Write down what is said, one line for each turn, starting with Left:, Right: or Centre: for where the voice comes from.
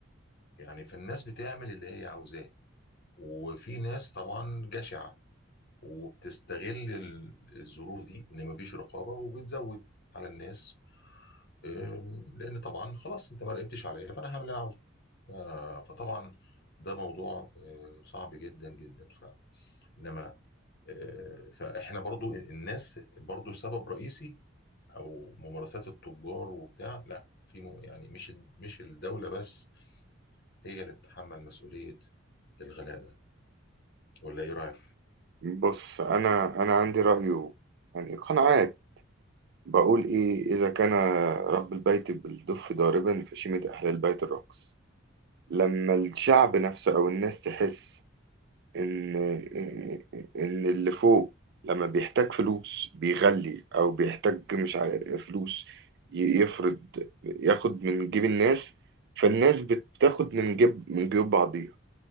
Left: يعني فالناس بتعمل اللي هي عاوزاه وفي ناس طبعا جشعة وبتستغل ال- الظروف دي ان مفيش رقابة وبتزود على الناس أم، لان طبعا خلاص انت ما راقبتش عليا فانا هعمل اللي انا عاوزه ف- فطبعا ده موضوع أه، صعب جدا جدا ف انما أه، فاحنا برضو الناس برضو سبب رئيسي او ممارسات التجار وبتاع لا في م- يعني مش مش الدوله بس هي اللي تتحمل مسؤوليه الغلاء ده ولا ايه رايك؟
Right: بص انا انا عندي رأي يعني قناعات بقول ايه اذا كان رب البيت بالدف ضاربا فشيمة اهل البيت الرقص لما الشعب نفسه او الناس تحس ان ان اللي فوق لما بيحتاج فلوس بيغلي او بيحتاج مش عارف فلوس ي- يفرض ياخد من جيب الناس فالناس بتاخد من جيب من جيوب بعضيها